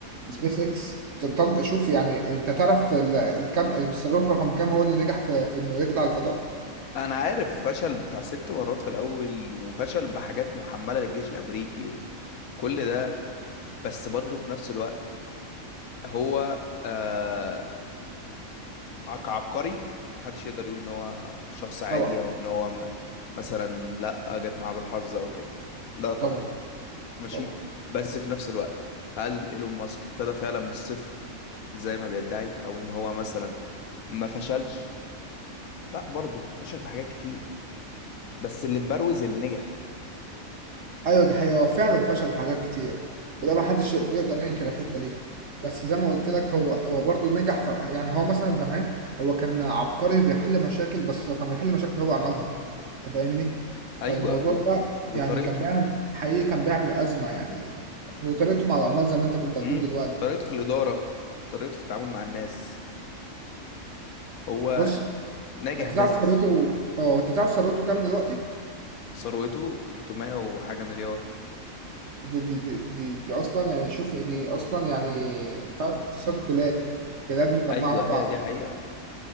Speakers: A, on the right; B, on the left.
A: سبيس اكس طل- شوف يعني انت تعرف ال- الكم الصاروخ رقم كام هو اللي نجح في, في انه يطلع الفضاء
B: انا عارف فشل بتاع ست مرات في الاول وفشل بحاجات محملة للجيش الامريكي وكل ده بس برضه في نفس الوقت هو آه، كعبقري محدش يقدر يقول ان هو شخص عادي
A: طبعا
B: او ان هو ما مثلا لا جت معاه بالحظ او كده لا طبعا
A: طبعا
B: ماشي
A: طبعا
B: بس في نفس الوقت هل ايلون ماسك ابتدى فعلا من الصفر زي ما بيدعي او ان هو مثلا ما فشلش لا برضه فشل في حاجات كتير بس اللي بروز اللي نجح
A: ايوه دي حقيقة هو فعلا فشل في حاجات كتير وده ما حدش يقدر ينكر الحتة دي بس زي ما قلت لك هو هو برضه نجح في يعني هو مثلا زمان هو كان عبقري بيحل مشاكل بس هو كان بيحل مشاكل هو عملها انت فاهمني
B: ايوه
A: فالموضوع
B: و...
A: ده
B: وطريقته
A: يعني كان بيعمل حقيقي كان بيعمل أزمة يعني وطريقته مع العمال زي ما انت كنت هتقول
B: امم
A: دلوقتي
B: طريقته في الاداره طريقته في التعامل مع الناس هو
A: بص
B: ناجح
A: انت
B: بيزنس
A: تعرف ثروته اه انت تعرف ثروته كام دلوقتي
B: ثروته 300 وحاجه مليار
A: دي دي دي, دي, دي اصلا يعني شوف دي اصلا يعني فعلا اقتصاد بلاد بلاد مجمعه
B: ايوه
A: في
B: ايوه
A: بعض
B: دي حقيقة